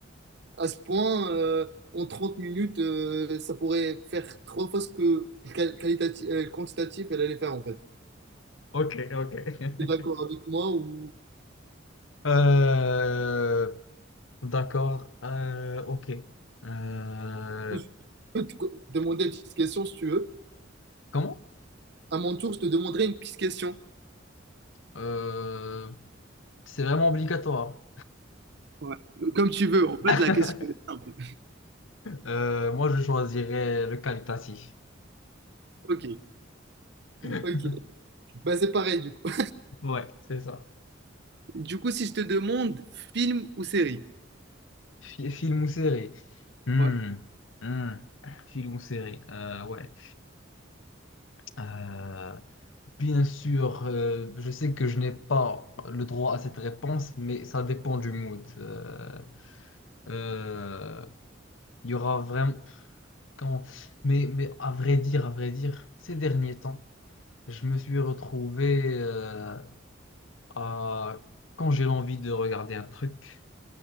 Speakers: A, on the right; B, on the left.
A: à ce point, euh, en 30 minutes, euh, ça pourrait faire trois fois ce que le qual- qualitati- euh, le quantitatif, elle allait faire, en fait.
B: Ok, ok. <laughs>
A: Tu es d'accord avec moi ou...
B: Euh, d'accord. euh, ok. Euh,
A: ou je peux te co- demander une petite question si tu veux.
B: comment?
A: À mon tour, je te demanderai une petite question.
B: Euh, c'est vraiment obligatoire.
A: Ouais. Comme tu veux. En fait,
B: <laughs>
A: la question est simple.
B: Euh, moi, je choisirais le qualitatif.
A: Ok,
B: <laughs>
A: ok. Bah, c'est pareil du coup.
B: Ouais, c'est ça.
A: Du coup, si je te demande film ou série?
B: Fi- Film ou série? Hmm,
A: Ouais.
B: hmm. Film ou série, euh, ouais. Euh, bien sûr, euh, je sais que je n'ai pas le droit à cette réponse, mais ça dépend du mood. Euh, euh, Il y aura vraiment... Quand... Mais, mais à vrai dire, à vrai dire, ces derniers temps, je me suis retrouvé euh, à... Quand j'ai l'envie de regarder un truc,